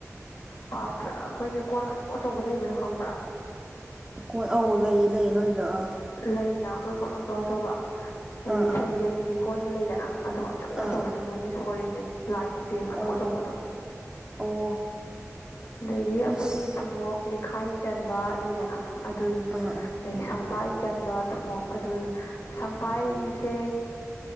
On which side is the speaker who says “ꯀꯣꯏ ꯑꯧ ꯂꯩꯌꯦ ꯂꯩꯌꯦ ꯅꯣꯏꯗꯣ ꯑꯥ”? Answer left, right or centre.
Right